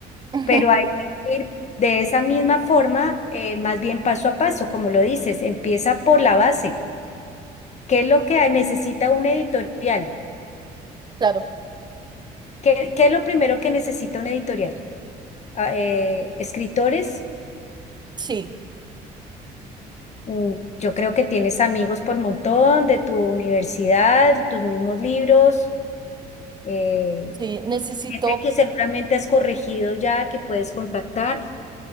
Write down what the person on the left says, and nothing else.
pero hay que ir de esa misma forma, eh, más bien paso a paso, como lo dices, empieza por la base. ¿Qué es lo que necesita un editorial?
¿Qué, qué es lo primero que necesita un editorial? Ah, eh, escritores,
mm, yo creo que tienes amigos por montón de tu universidad, tus mismos libros, eh,
gente que seguramente has corregido ya, que puedes contactar.